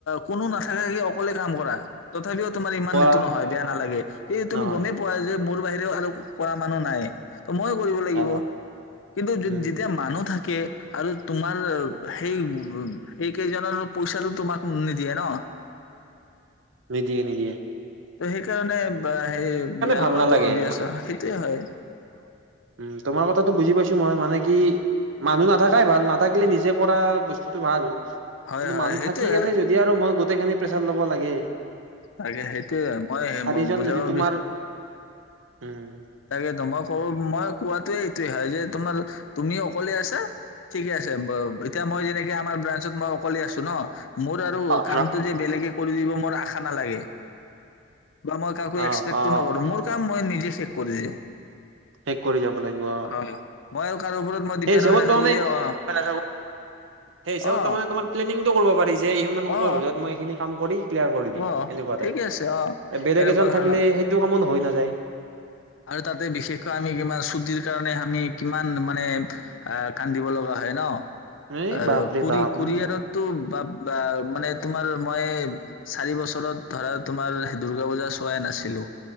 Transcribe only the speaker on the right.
কৰা
নহয়
অ
উম
নি দিয়ে নি দিয়ে
ভাল
নালাগে
ম তোমাৰ কথাটো বুজি পাইছোঁ মই। মানে কি মানুহ নাথাকাই ভাল, নাথাকিলে নিজে কৰা বস্তুটো ভাল। কিন্তু
মানুহ
থাকি কেনে যদি আৰু মই গত- টেইখিনি প্ৰেছাৰ ল'ব লাগে
চাৰিজন
যদি তোমাৰ
উম।
অ অ
অ
অ
শেষ কৰি যাব লাগিব, অঁ।
সেই হিচাপত
তাৰমানে,
<unintelligible> সেই হিচাপত
তাৰমানে তোমাৰ প্লেনিংটো কৰিব পাৰি যে, ইমান সময়
বজাত মই এইখিনি কাম কৰি- ক্লিয়াৰ কৰি দিম,
এনেকুৱা
তাইপ।
এ বেলেগ
এজন
থাকিলে সেইটো কামো ন- হৈ নাযায়।
এই
বাপৰে
বাপ উম